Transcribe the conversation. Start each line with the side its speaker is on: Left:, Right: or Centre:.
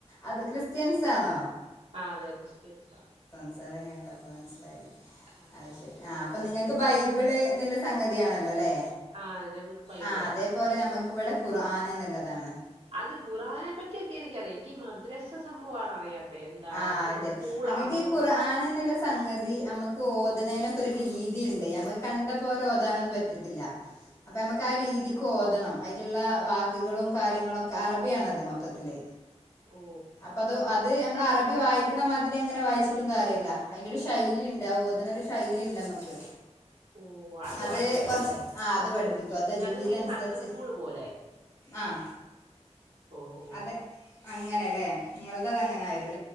Left: അത് ക്രിസ്ത്യൻസ് ആണോ
Right: ആ അതെ ക്രിസ്ത്യൻസ് ആ
Left: സംസാരം എങ്ങനെ ഉണ്ടെന്ന് മനസ്സിൽ ആയി
Right: ആഹ്
Left: അതുശരി
Right: അതുകൊണ്ട്
Left: അപ്പൊ
Right: അറിയത്തില്ല
Left: നിങ്ങൾക്ക് ബൈബിൾ സംഗതിയാണ് അ ല്ലല്ലോല്ലെ
Right: ആഹ് ഞങ്ങക്ക് ബൈബിളാ
Left: ആഹ് അതേപോലെ നമുക്ക് ഇവിടെ ഖുർആൻ നല്ലതാണ്
Right: അത് ഖുറാനെ പറ്റിയൊക്കെ എനിക്കറിയാം എനിക്ക് മദ്രസ സംഭവമാണ് അറിയാത്തെ എന്താ
Left: ആഹ് ശരി
Right: സ്കൂളാണോ
Left: അങ്ങക്ക് ഈ ഖുർആൻ എന്നുള്ള സംഗതി നമ്മുക്ക് ഓ ഓത് നേനൊക്കെ ഒരു രീതി ഉണ്ട് ഞമ്മുക്ക് കണ്ട പോലെ ഓതാനൊന്നും പറ്റത്തില്ല അപ്പൊ നമുക്ക് ആ രീതിക്ക് ഓതണം അയ്ലുള്ള വാക്കുകളും കാര്യങ്ങളൊക്കെ അറബിയാണത് മൊത്തത്തില്
Right: ഓ
Left: അപ്പ അത് അത് നമ്മള് അറബി വായിക്കണ മാതിരി അങ്ങനെ വായിച്ചിട്ടും കാര്യമല്ല അതിന്റെ ഒരു ശൈലി ഇണ്ട് ഓതണ ഒരു ശൈലി ഇണ്ട് നമ്മക്ക്
Right: ഓ
Left: അത്
Right: പഠിപ്പിക്കും
Left: കൊറച്ച്
Right: അല്ലേ
Left: ആ അത് പഠിപ്പിക്കും അ തജവീത്
Right: ഞങ്ങൾക്ക് ഈ
Left: അനുസരിച്ച്
Right: സൺഡേ സ്കൂൾ പോലെ
Left: ആഹ
Right: ഓ ഓ
Left: അതെ അങ്ങനെയല്ലേ നിങ്ങള്ത് അതങ്ങന ആയിരുന്നു
Right: ഉം